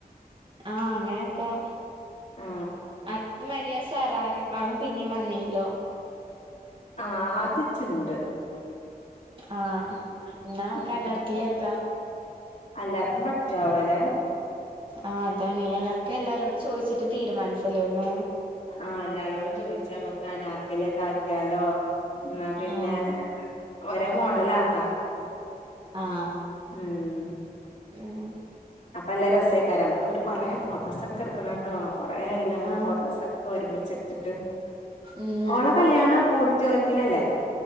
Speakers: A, on the right; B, on the left.
A: ആഹ് അങ്ങനെക്കെ
B: ആ
A: ആദ്യം മര്യാ സറാറി അഹ് പിന്നിം വന്നിനില്ലോ
B: ആ അതിച്ച്ണ്ട്
A: അഹ് ന്നാമ്മക്ക്
B: ഉം
A: അനാർക്കലിയാക്ക
B: എല്ലാർക്കും പറ്റൊ ആവോലെ
A: ആഹ് അതാണ് നമുക്ക് എല്ലാരോടും ചോദിച്ചിട്ട് തീരുമാനിച്ചല്ലേന്ന്
B: ആഹ് എല്ലാരോടും ചോദിച്ച് നമ്മക്ക് അനാർക്കലിയൊക്കെ ആക്കിയാലോ ന്നാ പിന്നെ
A: ആഹ്
B: ഒരേ മോഡല് ആക്ക
A: ആഹ്
B: ഉം
A: ഉം
B: അപ്പൊല്ല രസേക്കാരം നമുക്കന്നൊരു കൊറെ ഫോട്ടോസ് ഒക്കെ എടുക്കണോട്ടോ കൊറെ ആയില്ലേ മ്മള്
A: ആഹ്
B: ഫോട്ടോസക്കെ ഒരുമിച്ച് എടുത്തിട്ട്
A: ഉം നമുക്ക്
B: ഓള കല്യാണം
A: കൊറെ
B: ഓഡിറ്റോറിയത്തിലല്ലേ